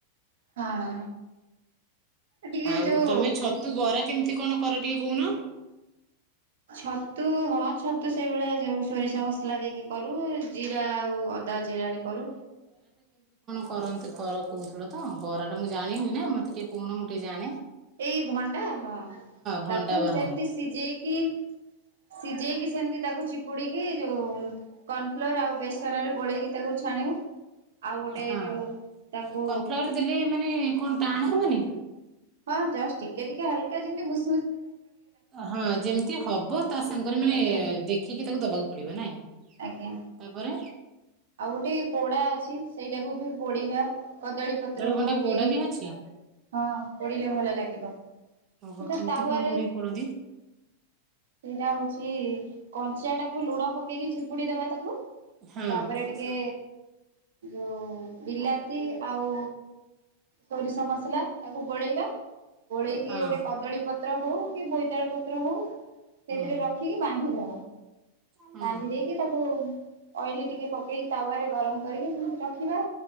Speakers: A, on the right; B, on the right.
A: ହଁ। ଟିକେ
B: ଆଉ
A: ଯୋଉ
B: ତମେ ଛତୁ ବରା କେମିତି କଣ କର ଟିକେ କହୁନ।
A: ଛତୁ ହଁ ଛତୁ ସେଇଭଳିଆ ଯୋଉ ସୋରିଷ ମସଲା ମସଲା ଦେଇକି କରୁ ଜିରା ଆଉ ଅଦା ଜିରାରେ କରୁ।
B: କରନ୍ତୁ କର କହୁଥିଲୁ ତ ବରା ଟା ମୁଁ ଜାଣିନି ନା ମତେ ଟିକେ କହୁନ ମୁଁ ଟିକେ ଜାଣେ।
A: ଏଇ ଭଣ୍ଡା ହଁ
B: ଭଣ୍ଡା
A: ତାକୁ
B: ବରା
A: ସେମିତି ସିଝେଇକି ସିଝେଇକି ସେମତି ତାକୁ ଚିପୁଡିକି ଯୋଉ କର୍ଣଫ୍ଲୋର ଆଉ ବେସନ ରେ ଗୋଳେଇକି ତାକୁ ଛାଣିବୁ। ଆଉ ଗୋଟେ
B: ହଁ
A: ଯୋଉ ତାକୁ
B: କର୍ଣଫ୍ଲାୱାର ଦେଲେ ମାନେ କଣ ଟାଣ ହବନି।
A: ହଁ ଜଷ୍ଟ ଟିକେ ଟିକେ ହାଲକା ଯେମିତି ମୁ
B: ହଁ ଯେମିତି ହବ ତା ସାଙ୍ଗରେ ମାନେ
A: ଆଜ୍ଞା
B: ଦେଖିକି ତାକୁ ଦବାକୁ ପଡିବ ନାଇଁ।
A: ଆଜ୍ଞା।
B: ତାପରେ
A: ଆଉ ଗୋଟେ ପୋଡା ଅଛି ସେଇଟାକୁ ବି ପୋଡିବା କଦଳୀ ପତ୍ର
B: ଭଣ୍ଡା
A: ହଉ
B: ପୋଡା
A: କି
B: ବି ଅଛି
A: ହଁ ପୋଡ଼ିଲେ ଭଲ ଲାଗିବ।
B: ଓହୋ
A: ସେଟା
B: କେମିତି
A: ତାୱା
B: କଣ
A: ରେ
B: କରିକି ପୋଡନ୍ତି
A: ସେଇଟା ହଉଛି କଞ୍ଚା ଟାକୁ ଲୁଣ ପକେଇକି ଚିପୁଡି ଦବା ତାକୁ
B: ହଁ
A: ତାପରେ
B: ହଁ
A: ଟିକେ ଯୋଉ ବିଲାତି ଆଉ ସୋରିଷ ମସଲା ତାକୁ ଗୋଳେଇବା ଗୋଳେଇକି
B: ହଁ
A: ଗୋଟେ କଦଳୀ ପତ୍ର ହଉ କି ବୋଇତାଳ ପତ୍ର ହଉ ସେଇଥିରେ
B: ହୁଁ
A: ରଖିକି ବାନ୍ଧିଦବା।
B: ହୁଁ
A: ବାନ୍ଧି ଦେଇକି ତାକୁ ଅଏଲି ଟିକେ ପକେଇକି ତାୱରେ ଗରମ କରିକି ରଖିବା